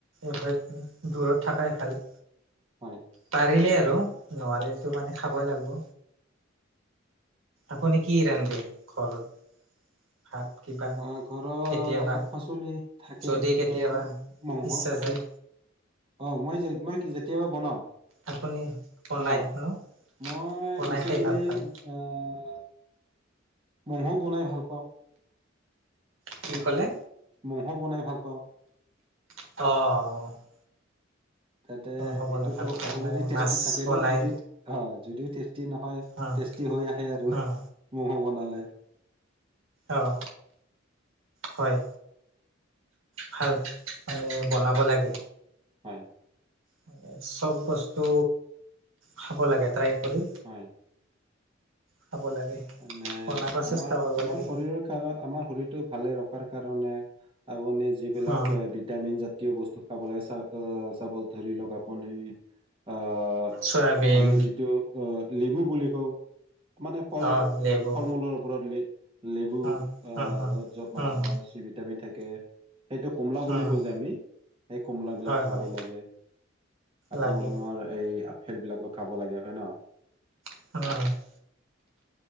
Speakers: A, on the right; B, on the right.
A: এভইড দূৰত থকাই ভাল
B: হয়
A: পাৰিলে আৰু নোৱাৰিলেটো মানে খাবই লাগিব আপুনি কি ৰান্ধে ঘৰত ভাত কিবা
B: অ ঘৰৰ
A: কেতিয়াবা
B: শাক পাচলি থাকে
A: যদি
B: কিন্তু
A: কেতিয়াবা
B: আৰু মংস
A: ইচ্ছা
B: থাকে
A: যায়
B: অ মই যে মই যেতিয়াবা বনাও
A: আপুনি বনাই
B: অ
A: ন
B: মই
A: বনাই
B: বেচিকেলি
A: খাই ভাল পায়
B: আহ ম'হো বনাই ভাল পাওঁ
A: কি ক'লে?
B: মহ বনাই ভাল পাওঁ
A: অ
B: তাতে
A: হ'ব
B: এইটো
A: নে ভাল
B: তো
A: পায়
B: অলৰেডি
A: আৰু
B: টেষ্টি
A: মাছ
B: থাকে
A: বনাই
B: ন অ যদিও টেষ্টি নহয়
A: উম
B: টেষ্টি হৈ আহে আৰু
A: উম
B: ম'মো বনালে
A: অঁ হয় ভাল মানে বনাব লাগে
B: হয়
A: মানে চব বস্তু খাব লাগে ট্ৰাই কৰি
B: হয়
A: খাব লাগে
B: মানে
A: বনাব চেষ্টা
B: আমাৰ
A: কৰিব
B: আমাৰ
A: লাগে
B: শৰীৰৰ কাৰ আমাৰ শৰীৰটো ভালে ৰখাৰ কাৰণে আপুনি যিবিলাক
A: অ
B: ভিটামিন জাতীয় বস্তু খাবলৈ চ চাবজ ধৰি লক আপুনি আহ
A: চয়াবিন
B: আমি যিটো লেবু বুলি কওঁ মানে ফল
A: অ লেবু
B: ফল মূলৰ ওপৰত লেবু
A: উম
B: আহ
A: উম উম
B: ত'ত য'ত মানে
A: উম
B: আমাৰ
A: উম
B: ভিটামিন থাকে সেইটো কমলা বুলি
A: উম
B: কও যে আমি সেই কমলা বিলাক
A: হয়
B: খাব
A: হয়
B: লাগে। আকৌ
A: লাগে
B: আমাৰ এই আপেল বিলাকক খাব লাগে হয়ে ন
A: উম